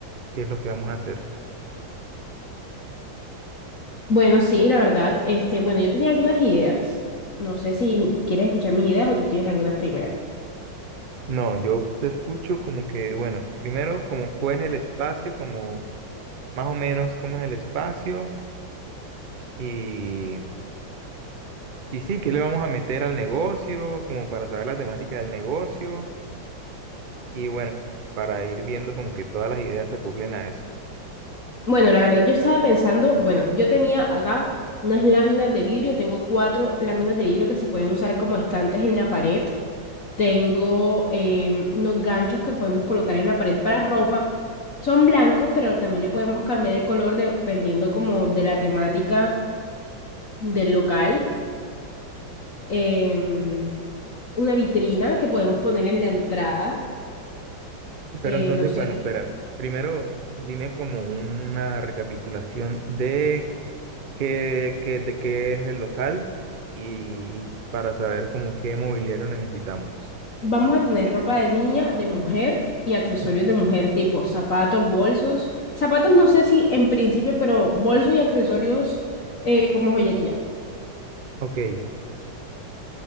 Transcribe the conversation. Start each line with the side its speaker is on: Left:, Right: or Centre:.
Right: qué es lo que vamos a hacer.
Left: Bueno, sí, la verdad, este, bueno, yo tenía algunas ideas. No sé si quieres escuchar mis ideas o tú tienes algunas primero.
Right: No, yo te escucho como que, bueno, primero como cuál es el espacio, como más o menos cómo es el espacio Y, y sí, ¿qué le vamos a meter al negocio? Como para saber la temática del negocio. Y bueno, para ir viendo como que todas las ideas se cumplen a eso.
Left: Bueno, la verdad yo estaba pensando, bueno, yo tenía acá unas láminas de vidrio, tengo cuatro láminas de vidrio que se pueden usar como estantes en la pared, tengo em, unos ganchos que podemos colocar en la pared para ropa, son blancos, pero también le podemos cambiar el color dependiendo como de la temática del local, Em, una vitrina que podemos poner en la entrada,
Right: Pero
Left: eh,
Right: entonces,
Left: no sé.
Right: bueno, espera, primero dime como una recapitulación de qué, qué- de qué es el local y, y para saber como qué mobiliario necesitamos.
Left: Vamos a tener ropa de niña, de mujer y accesorios
Right: Ok,
Left: de mujer, tipo zapatos, bolsos. Zapatos no sé si en principio, pero bolsos y accesorios eh, como joyería.
Right: ok.